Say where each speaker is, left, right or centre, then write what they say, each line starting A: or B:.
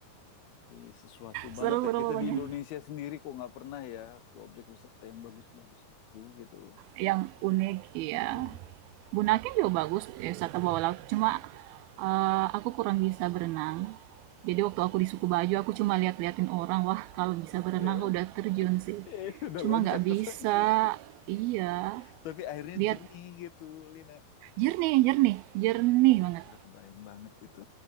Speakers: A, on the left (about 80°); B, on the right (about 80°).
A: Tapi sesuatu
B: Seru-seru
A: banget ya kita
B: uh, pokoknya.
A: di Indonesia sendiri kok nggak pernah ya ke objek wisata yang bagus-bagus itu gitu loh.
B: Yang unik, ya.
A: Hmm.
B: Bunaken juga bagus, ya, wisata bawah laut. Cuma eh, aku kurang bisa berenang. Jadi waktu aku di suku baju, aku cuma lihat-liatin orang. Wah, kalau bisa berenang,
A: Eh,
B: aku udah terjun sih.
A: eh, udah
B: Cuma
A: loncat
B: nggak bisa.
A: ke sana.
B: Iya.
A: <laughs> Tapi airnya
B: Lihat,
A: jernih gitu, Lina.
B: jernih, jernih. Jernih banget.
A: Udah kebayang banget itu